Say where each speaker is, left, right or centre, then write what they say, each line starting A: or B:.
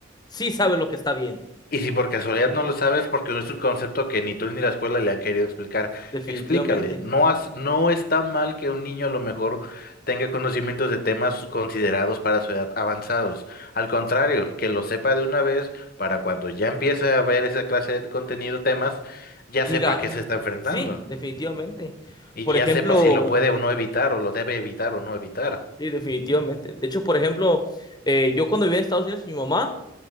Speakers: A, on the left (about 20°); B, on the left (about 45°).
A: sí sabe lo que está bien,
B: Y si por casualidad no lo sabes, porque no es un concepto que ni tú ni la escuela le han querido explicar,
A: definitivamente.
B: explícale. No, has- no está mal que un niño a lo mejor tenga conocimientos de temas considerados para su edad avanzados. Al contrario, que lo sepa de una vez para cuando ya empiece a ver esa clase de contenido, temas, ya
A: Diga,
B: sepa a qué se está enfrentando.
A: sí, definitivamente.
B: Y
A: Por
B: ya
A: ejemplo...
B: sepa si lo puede o no evitar, o lo debe evitar o no evitar.
A: Sí, definitivamente. De hecho, por ejemplo, eh, yo cuando vivía en Estados Unidos, mi mamá